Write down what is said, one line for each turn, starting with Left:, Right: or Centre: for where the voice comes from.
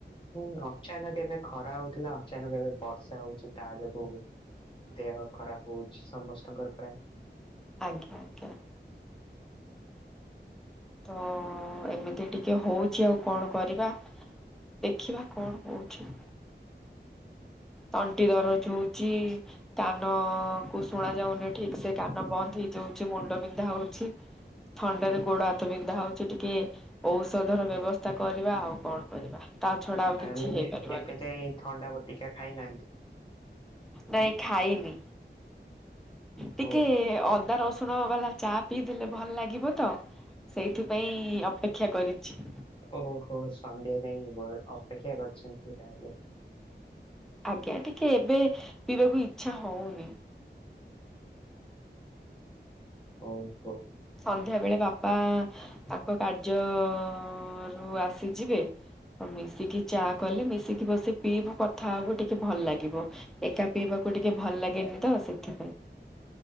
Left: ହୁଁ, ଅଚାନକ ଏବେ ଖରା ହଉଥିଲା ଅଚାନକ ଏବେ ବର୍ଷା ହଉଛି ତା ଯୋଗୁ ଦେହ ଖରାପ ହଉଛି ସମସ୍ତଙ୍କର ପ୍ରାୟ।
Centre: ଆଜ୍ଞା ଆଜ୍ଞା। ତ ଏମିତି ଟିକେ ହୋଉଚି ଆଉ କଣ କରିବା। ଦେଖିବା କଣ ହୋଉଛି। ତଣ୍ଟି
Left: ହୁଁ,
Centre: ଦରଜ ହୋଉଚି କାନକୁ ଶୁଣା ଯାଉନି ଠିକ ସେ କାନ ବନ୍ଦ ହେଇଯାଉଛି, ମୁଣ୍ଡ ବିନ୍ଧା ହଉଛି। ଥଣ୍ଡାରୁ ଗୋଡ ହାତ ବିନ୍ଧା ହଉଛି ଟିକେ। ଔଷଧର ବ୍ୟବସ୍ଥା କରିବା ଆଉ କଣ କରିବା ତା ଛଡା ଆଉ
Left: ତାହେଲେ
Centre: କିଛି ହେଇପାରିବନି।
Left: ଏବେ ଯାଇ ଥଣ୍ଡା ବଟିକା ଖାଇନାଆନ୍ତି?
Centre: ନାଇଁ ଖାଇନି ଟିକେ
Left: ଓ
Centre: ଅ ଦା ରସୁଣ ବାଲା ଚା ପିଇଦେଲେ ଭଲ ଲାଗିବ ତ ସେଇଥିପାଇଁ ଅପେକ୍ଷା କରିଛି।
Left: ଓହୋ ସନ୍ଧ୍ୟା ଯାଇଁ ଅପେକ୍ଷା କରିଛନ୍ତି ତାହେଲେ।
Centre: ଆଜ୍ଞା ଟିକେ ଏବେ ପିଇବାକୁ ଇଛା ହଉନି।
Left: ହଉ, ହଉ।
Centre: ସନ୍ଧ୍ୟା ବେଳେ ବାପା-ଆ-ଆ ତାଙ୍କ କାର୍ଯ୍ୟ-ଅ-ଅ-ଅ ରୁ ଆସି ଯିବେ। ତ ମିଶିକି ଚା କଲେ ମିଶିକି ବସିକି ପିଇବୁ କଥା ହବୁ ଟିକେ ଭଲ ଲାଗିବ। ଏକା ପିଇବାକୁ ଟିକେ ଭଲ ଲାଗେନି ତ ସେଥିପାଇଁ।